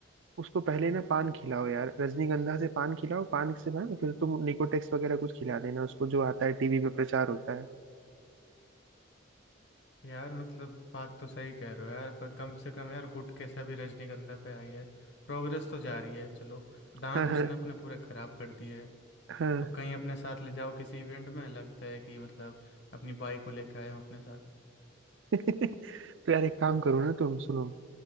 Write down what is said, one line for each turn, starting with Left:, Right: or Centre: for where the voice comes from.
Right: उसको पहले ना पान खिलाओ यार रजनीगंधा से पान खिलाओ पान से ना फिर तुम निकोटेक्स वगैरह कुछ खिला देना उसको जो आता है टीवी पे प्रचार होता है
Left: यार मतलब बात तो सही कह रहे हो यार पर कम से कम यार गुटके से अभी रजनीगंधा पे आई है प्रोग्रेस तो जा रही है चलो
Right: <laughs>
Left: दांत
Right: हाँ हाँ
Left: उसने अपने पूरे खराब कर दिए
Right: हाँ
Left: अब कहीं अपने साथ ले जाओ किसी इवेंट में लगता है कि मतलब अपनी बाइक को लेकर आए हो अपने साथ
Right: <laughs> तो यार एक काम करो ना तुम सुनो